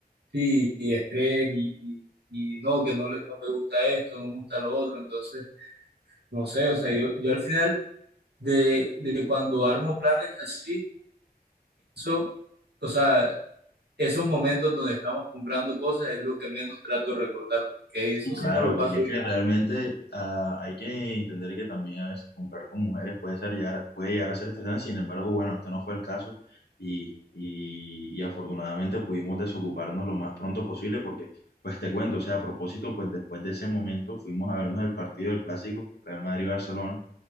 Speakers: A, on the right; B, on the left.
A: sí, y estrés y, y, y no, que no, le- no me gusta esto, no me gusta lo otro. Entonces, no sé, o sea, yo, yo al final de, de cuando armo planes así, Eso, o sea, esos momentos donde estamos comprando cosas es lo que menos trato de recordar, porque eso sí
B: Claro,
A: no lo paso
B: porque es
A: bien.
B: que realmente ah, hay que entender que también a veces comprar con mujeres puede ser llegar, puede llegar a ser estresante, sin embargo, bueno, este no fue el caso y, y, y afortunadamente pudimos desocuparnos lo más pronto posible porque, pues te cuento, o sea, a propósito, pues después de ese momento fuimos a vernos el partido del clásico Real Madrid-Barcelona